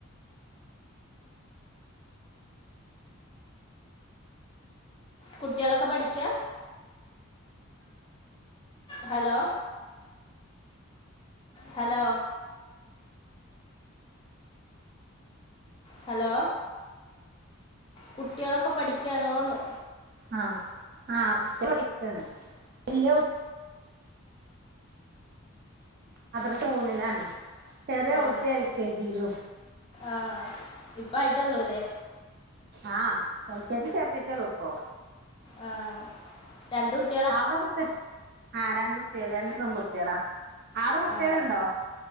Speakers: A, on the left; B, on the right.
A: കുട്ടികളൊക്കെ പഠിക്കുക ഹലോ ഹലോ ഹലോ കുട്ടികളൊക്കെ പഠിക്കാണോന്ന്
B: ആഹ ആ കുട്ടികളക്കപഠിക്കാണ് വലിയ കുട്ടി മദ്രസ മൂന്നിലാണ് ചെറിയ കുട്ടി
A: ആണോ
B: എൽ കെ ജിയിലും
A: ആഹ് ഇപ്പയിട്ടുള്ളൂല്ലേ
B: ആഹ എൽ കെ ജി ചേർത്തിട്ടള ഇപ്പോ
A: ആഹ രണ്ടു കുട്ടി
B: അവിടെ കുട്ടി ആഹ് രണ്ട് കുട്ടികള് രണ്ടു പെൺകുട്ടികളാ ആടെ കുട്ടികളുണ്ടോ
A: ആഹ്